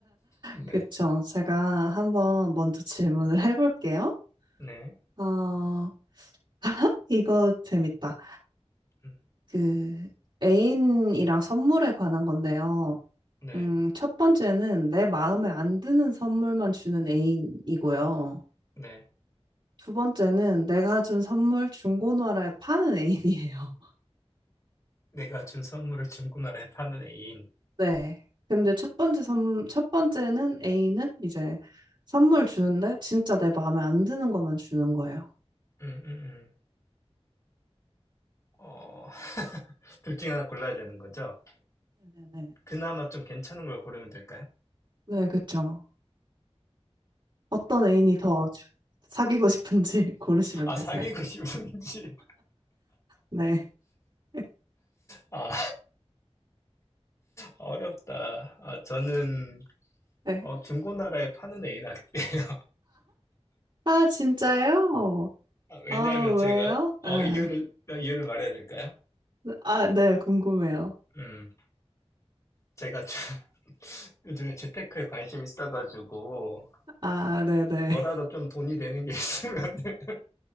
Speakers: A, on the left; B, on the right.
A: 네,
B: 그쵸. 제가 한번 먼저 질문을 해볼게요.
A: 네,
B: 어, <laughs> 이거 재밌다.
A: 음,
B: 그 애인이랑 선물에 관한 건데요.
A: 네,
B: 음, 첫 번째는 내 마음에 안 드는 선물만 주는 애인이고요.
A: 네.
B: 두 번째는 내가 준 선물 중고나라에 파는 애인이에요. <laughs>
A: 내가 준 선물을 중고나라에 파는 애인.
B: 네. 근데 첫 번째 선, 첫 번째는 애인은 이제 선물 주는데 진짜 내 마음에 안 드는 것만 주는 거예요.
A: 음, 음, 음. 어, <laughs> 둘 중에 하나 골라야 되는 거죠?
B: 네네네.
A: 그나마 좀 괜찮은 걸 고르면 될까요?
B: 네, 그쵸. 어떤 애인이 더 주- 사귀고 싶은지 <laughs> 고르시면
A: 아,
B: 되세요.
A: 사귀고 <laughs> 싶은지.
B: 네. <laughs>
A: 아, 어렵다. 아, 저는,
B: 네.
A: 어, 중고나라에 파는 애인 할게요.
B: 아, 진짜요?
A: 아, 왜냐하면
B: 아,
A: 제가
B: 왜요? 아,
A: 어, 이유를 어, 이유를 말해야 될까요?
B: 아, 네, 궁금해요.
A: 음, 제가 <laughs> 요즘에 재테크에 관심이 있어가지고
B: 아, 네네.
A: 뭐라도
B: <laughs>
A: 좀 돈이 되는 게 있으면 <laughs>